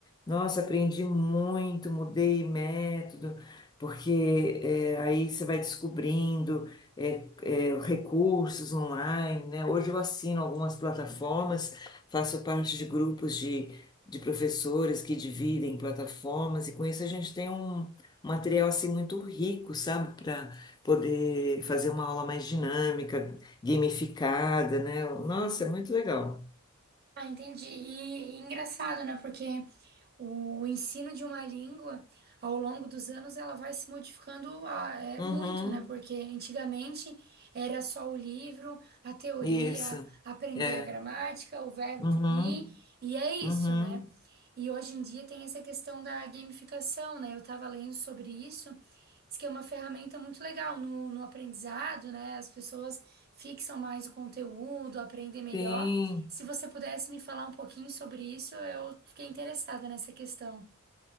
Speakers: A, on the left; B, on the right.
A: nossa, aprendi muito, mudei método, porque é, aí você vai descobrindo é, é, recursos online, né? Hoje eu assino algumas plataformas, faço parte de grupos de, de professores que dividem plataformas, e com isso a gente tem um material assim muito rico, sabe? Para poder fazer uma aula mais dinâmica, gamificada, né? Nossa, é muito legal.
B: Ah, entendi. E, e engraçado, né? Porque o ensino de uma língua, ao longo dos anos, ela vai se modificando ah, é,
A: Uhum.
B: muito, né? Porque antigamente era só o livro, a teoria,
A: Isso.
B: aprender
A: É.
B: a gramática, o verbo
A: Uhum.
B: to be, e é isso,
A: Uhum.
B: né? E hoje em dia tem essa questão da gamificação, né? Eu estava lendo sobre isso, diz que é uma ferramenta muito legal no, no aprendizado, né? As pessoas fixam mais o conteúdo, aprendem melhor.
A: Tem.
B: Se você pudesse me falar um pouquinho sobre isso, eu fiquei interessada nessa questão.